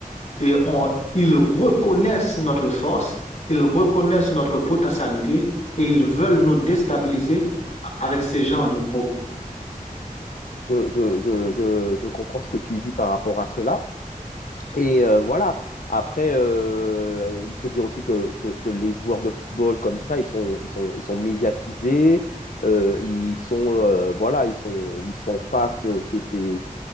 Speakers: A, on the left; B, on the left.
A: et on, ils reconnaissent notre force, ils reconnaissent notre potentialité et ils veulent nous déstabiliser avec ces genres de propos.
B: Je, je, je, je, je comprends ce que tu dis par rapport à cela. Et euh, voilà. Après, euh, il faut dire aussi que, que, que les joueurs de football comme ça, ils sont, ils sont, ils sont médiatisés. euh, ils sont, euh, voilà, ils sont, ils sont face. euh, C'est, c'est,